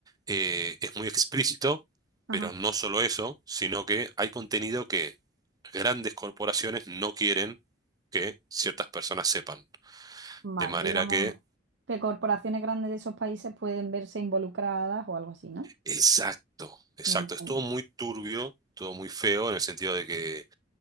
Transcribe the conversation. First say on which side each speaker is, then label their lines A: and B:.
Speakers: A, on the right; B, on the right.
A: eh, es muy explícito
B: ajá.
A: pero no solo eso, sino que hay contenido que grandes corporaciones no quieren que ciertas personas sepan.
B: Vale,
A: De manera
B: digamos
A: que,
B: que corporaciones grandes de esos países pueden verse involucradas o algo así, ¿no?
A: exacto, exacto,
B: Me entiendo.
A: es todo muy turbio, todo muy feo en el sentido de que,